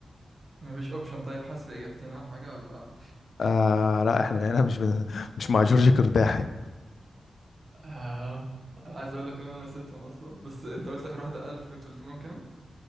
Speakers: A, on the right; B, on the left.
A: مفيش اوبشن طيب حذف اجابتين او حاجة ولا
B: آه لا احنا هنا مش بن... <laughs> مش مع جورج كرداحي
A: آه. انا عايز اقول لك ان انا نسيتهم اصلا بس انت قلت اخر واحدة 1300 كام